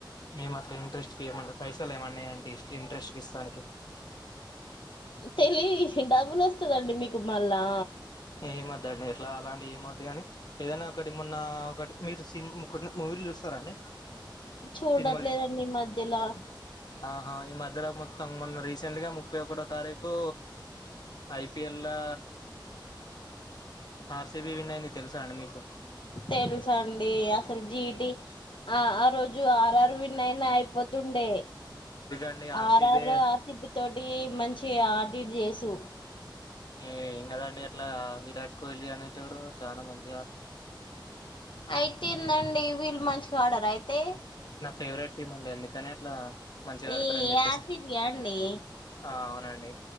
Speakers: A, on the left; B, on the left.
A: మేము అట్ల ఇంట్రెస్ట్ కి ఈ మండి పైసలు ఏమన్నాయింటే ఇంట్రెస్ట్ కి ఇస్తానికి
B: తెలివి డబుల్ వస్తదండి మీకు మళ్ళా
A: ఏ వద్దండి ఇట్లా అలాంటి ఏమ వద్దు కాని ఏదైనా ఒకటి మొన్న ఒకటి మీరు సీన్ మూవీ చూస్తారండి
B: చూడట్లేదండి
A: సినిమాలకి
B: ఈ మధ్యలో
A: అ హైదరాబాద్ మొత్తం మొన్న రీసెంట్ గా ముప్పై ఒకటో తారీఖు ఐపిఎల్ ఇల్లా ఆర్సిబి విన్న అైంది తెలుసా అండి మీకు
B: తెలుస అండి అసలు జీటి ఆ ఆ రోజు ఆరు ఆరు వి నైన్ అయిపోతుండే
A: ఎందుకండి ఆర్సిబి
B: ఆర్ఆర్ ఆసిబి తోటి మంచి ఆటిట్ చేసు
A: ఏ ఏం కదండి అట్లా విరాట్ కోహ్లీ అనేటోడు చాలా మంచి
B: అయితేందండి వీళ్ళు మంచిగ ఆడర అయితే
A: నా ఫేవరెట్ టీమ్ అండి అందుకని అట్లా మంచిగా
B: ఏ
A: ఆడతారని చెప్పేసి
B: ఆసిబియా అండి
A: ఆ అవునండి